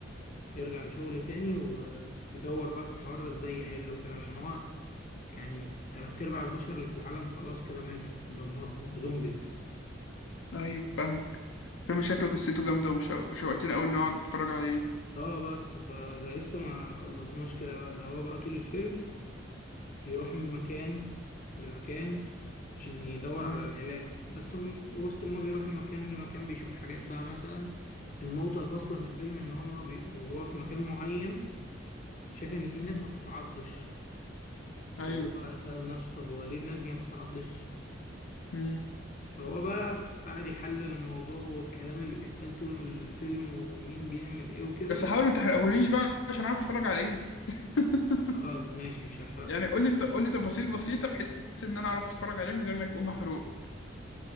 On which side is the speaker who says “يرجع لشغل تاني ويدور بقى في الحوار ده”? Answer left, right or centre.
Left